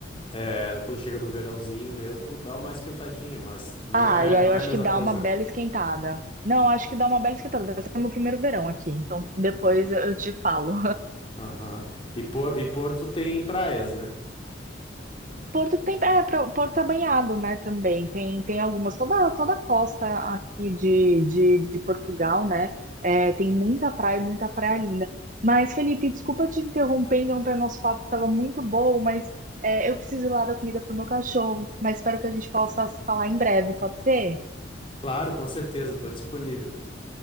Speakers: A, on the left; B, on the right.
A: é, quando chega no verãozinho mesmo, dá uma esquentadinha, mas não
B: Ah,
A: é,
B: e aí
A: não
B: eu
A: é
B: acho
A: a mesma
B: que dá
A: coisa,
B: uma bela
A: né?
B: esquentada. Não,
A: Uhum,
B: acho que dá uma bela esquentada. Vai ser meu primeiro verão aqui. Então depois
A: uhum,
B: eu eu te falo.
A: aham. E, Por- e Porto tem praias, né?
B: Porto tem, é, pro- Porto é banhado, né, também. Tem, tem algumas, toda, toda a costa aqui de, de, de Portugal, né, é, tem muita praia, muita praia linda. Mas, Felipe, desculpa te interromper, interromper nosso papo, que tava muito bom, mas é, eu preciso ir lá dar comida pro meu cachorro. Mas espero que a gente possa se falar em breve, pode ser?
A: Claro, com certeza, estou disponível.